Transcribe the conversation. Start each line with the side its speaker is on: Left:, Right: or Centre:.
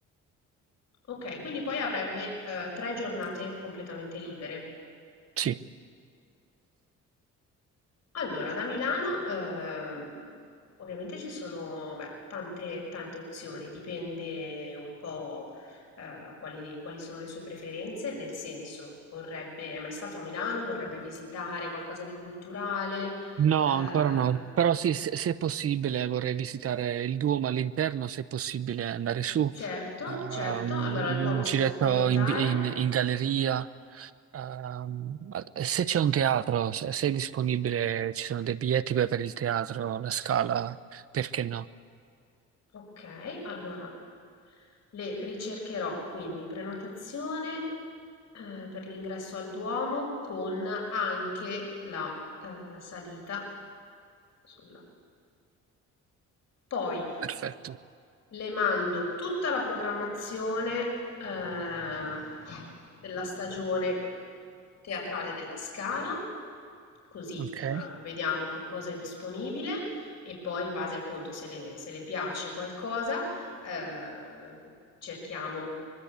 Left: Ok, quindi poi avrebbe eh, tre giornate completamente libere.
Right: Sì.
Left: Allora, da Milano ehm, ovviamente ci sono beh, tante, tante opzioni, dipende un po' eh, quali, quali sono le sue preferenze, nel senso vorrebbe, è mai stato a Milano, vorrebbe visitare qualcosa di culturale,
Right: No,
Left: Eh,
Right: ancora no, però sì, se, se è possibile vorrei visitare il Duomo all'interno, se è possibile andare su,
Left: certo,
Right: ehm,
Left: certo, allora il
Right: un
Left: Duomo si
Right: giretto
Left: può prenotare,
Right: in, in- in galleria, ehm, se c'è un teatro, se, se è disponibile, ci sono dei biglietti per per il teatro, la Scala, perché no?
Left: Okay, allora le ricercherò, quindi prenotazione, ehm, per l'ingresso al Duomo con anche la, ehm, salita sulla poi
Right: Perfetto.
Left: le mando tutta la programmazione, ehm, della stagione teatrale della Scala, così,
Right: Ok,
Left: eh, vediamo che cosa è disponibile e poi in base appunto se le, se le piace qualcosa, eh, cerchiamo